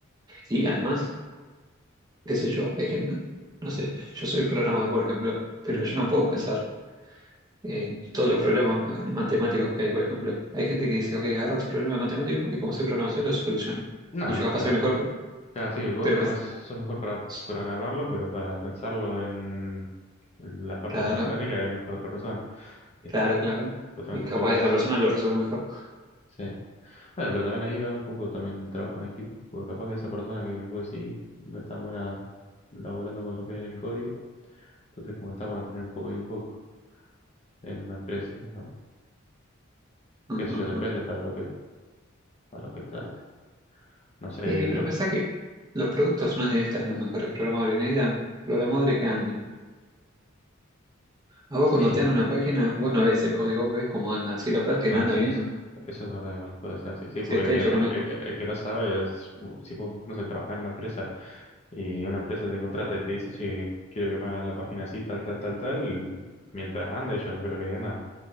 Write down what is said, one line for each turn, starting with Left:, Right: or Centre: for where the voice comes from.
Right: Y además... qué sé yo, hay gente, no sé, yo soy programador, por ejemplo, pero
Left: Mm.
Right: yo no puedo pensar en todos los problemas ma- matemáticos que hay, por ejemplo. Hay gente que dice, ok, agarra tu problema matemático y como sé programación lo soluciono.
Left: No,
Right: Y yo
Left: y
Right: capaz
Left: para...
Right: soy mejor, pero
Left: Claro, sí, vos
Right: pero
Left: capaz
Right: pensé,
Left: sos
Right: <laughs>
Left: mejor para programarlo, pero para pensarlo en la parte
Right: claro,
Left: matemática es mejor otra persona. Que
Right: claro, claro.
Left: Justamente
Right: Y capaz
Left: sirve para
Right: esa
Left: eso.
Right: persona lo resuelve mejor.
Left: Sí. Bueno, pero también ahí va un poco también el trabajo en equipo, porque capaz que esa persona que vos decís no es tan buena laburando con lo que es el código, entonces como que está bueno tener un poco y un poco en una empresa, digamos.
Right: Ujú,
Left: Qué sé yo,
Right: ujú.
Left: depende para lo que, para lo que trate. No sé,
Right: Y
Left: digo
Right: pero
Left: yo.
Right: pensá que los productos no necesitan los mejores programadores, necesitan programadores que anden. A vos
Left: Sí,
Right: cuando te dan una página, vos no ves el código, vos ves cómo anda. Si la página
Left: Bueno,
Right: anda
Left: sí,
Right: bien,
Left: eso, eso es verdad, igual puede ser así. Sí,
Right: si
Left: porque
Right: está
Left: el que,
Right: hecho
Left: el,
Right: con
Left: que
Right: un
Left: el que- el que no sabe es, si no sé, trabajar en una empresa y una empresa te contrata y te dice, che, quiero que me hagas la página así, tal, tal, tal, tal, mientras ande, yo no creo que diga nada,